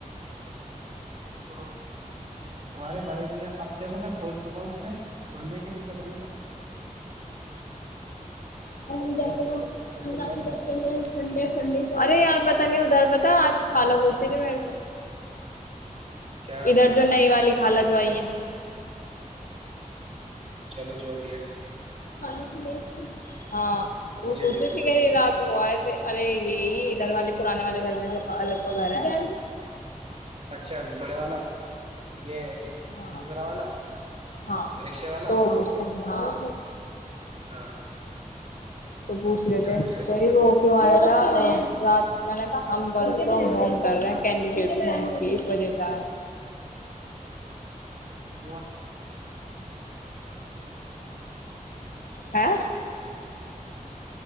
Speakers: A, on the right (about 45°); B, on the left (about 90°).
A: تمہارے بڑے میا اپ دھو میں کھول دوں گا اس میں کھولنے کی دقت نہیں ہے
B: اور ہم
A: چلو
B: جیسو
A: میں پہلے
B: ان
A: پلے اسٹور سے
B: لکیچر
A: چیک کرتا
B: ہو سنڈے
A: ہوں
B: سنڈے کو ارے یار پتا نہیں ادار پتا آج خھالا پوچےے مل سے
A: کیا
B: ادھر جو نہیںئی والی خالا جوائی
A: چلو جو بھی ہے
B: آلوک دیکس نا ہاں وہ
A: مجھے نہیں
B: اسے
A: پتا
B: بھی کہنی
A: کون سی
B: رات کو آئے تھ ارے یہی ادھر والے پرانے والے گھر میں جو الوگ کا گھر ہے
A: اچھا بڑے والا یہ
B: ہاں
A: دوسرا والا
B: ہاں
A: رکشے والا
B: تو ہو ہاں
A: ہاں
B: تو پوچھ لیتے
A: کیا پوچھ رہے
B: صی وہ کیوں آیا تھا رات میں نے تھا ہم ورک فرام ہوم کر رہے ہیں کینڈیڈیٹ ٹ ہوم کی اس وجہ سے آیا تھا
A: ج
B: ہ